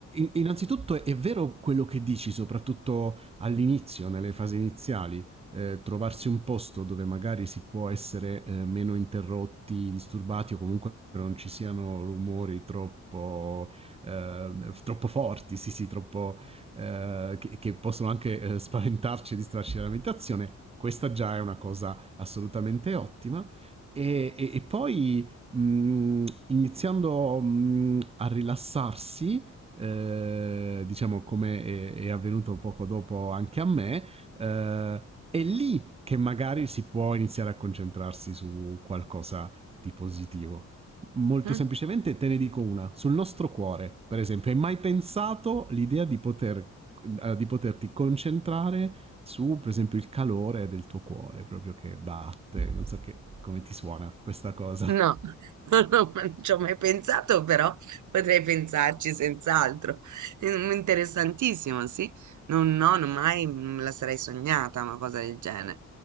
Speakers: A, on the right; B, on the right.
A: innanzitutto è vero quello che dici, soprattutto all'inizio, nelle fasi iniziali, eh, trovarsi un posto dove magari si può essere eh, meno interrotti, disturbati o comunque non ci siano rumori troppo, eh, troppo forti, sì sì, troppo, eh, che, che, possono anche eh, spaventarci e distrarci dalla meditazione. Questa già è una cosa assolutamente ottima. E, e, e, poi mh, iniziando mh, a rilassarsi, eh, diciamo come è, è, avvenuto poco dopo anche a me, eh, è lì che magari si può iniziare a concentrarsi su qualcosa di positivo. Molto
B: Mm?
A: semplicemente te ne dico una, sul nostro cuore, per esempio, hai mai pensato l'idea di, poter, eh, di poterti concentrare su per esempio il calore del tuo cuore proprio che batte, non so che, come ti suona questa cosa.
B: No,
A: <laughs>
B: <laughs> non ci ho mai pensato, però potrei pensarci senz'altro. Mm, Interessantissimo, sì. Non, no, non mai me la sarei sognata una cosa del genere.